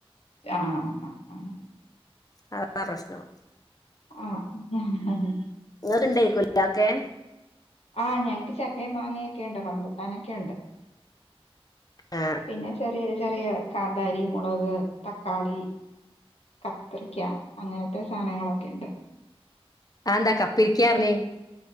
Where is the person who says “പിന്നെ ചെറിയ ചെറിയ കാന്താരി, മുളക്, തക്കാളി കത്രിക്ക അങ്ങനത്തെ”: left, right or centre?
Left